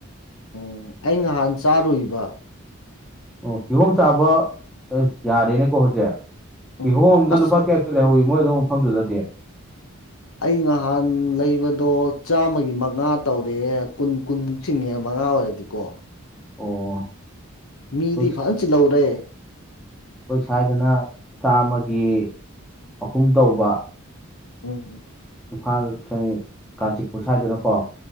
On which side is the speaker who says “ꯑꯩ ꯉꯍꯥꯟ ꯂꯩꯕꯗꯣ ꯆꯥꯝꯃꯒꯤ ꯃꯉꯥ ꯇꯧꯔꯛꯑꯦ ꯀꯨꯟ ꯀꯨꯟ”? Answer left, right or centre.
Left